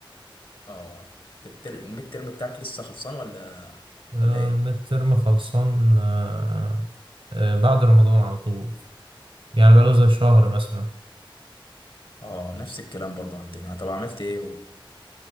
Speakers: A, on the left; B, on the right.
A: آه أنت التر... الميد ترم بتاعك لسه خلصان ولا
B: آه،
A: ولا إيه؟
B: الميد ترم خلصان آه، آه، بعد رمضان على طول يعني بقاله زي شهر
A: آه
B: مثلا
A: آه نفس الكلام برضو عندنا طب عملت إيه